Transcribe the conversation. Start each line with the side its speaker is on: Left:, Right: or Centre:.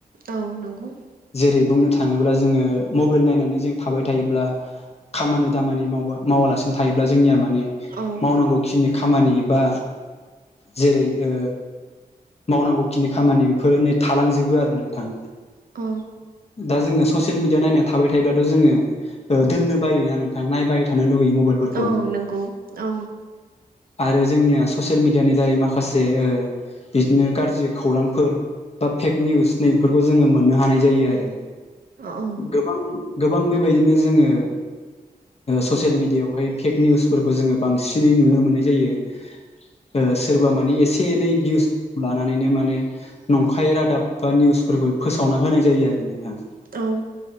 Right: औ नंगौ
Left: जेरै बुंनो थाङोब्ला जोङो मबाइल नायनानै जों थाबाय थायोब्ला खामानि दामानि माव मावालासिनो थायोब्ला जोंनिया माने
Right: औ
Left: मावनांगौ खिनि खामानि बा जेरै ओ मावनांगौ खिनि खामानि बेफोरो नै थालांजोबो आरो नोंथां।
Right: औ।
Left: दा जोङो ससियेल मिडिया नायनानै थाबाय थायोब्लाथ' जोङो दोन्नो बायोना नोंथां नायबाय थानो लुगैयो मबाइलफोरखौ।
Right: औ नंगौ औ
Left: आरो जोंनिया ससियेल मिडियानि दारै माखासे ओ बिदिनो गाज्रि खौरांफोर बा फेक निउस नैबफोरखौ जोङो मोननो हानाय जायो आरो।
Right: औ
Left: गोबां गोबां बेबायदिनो जोङो ससियेल मिडियायावहाय फेक निउसफोरखौ जोङो बांसिनै नुनो मोननाय जायो। सोरबा मानि एसे एनै भिउस ब्ला लानानैनो माने नंखाय रादाब बा निउसफोरखौ फोसावना होनाय जायो आरो नोंथां।
Right: औ।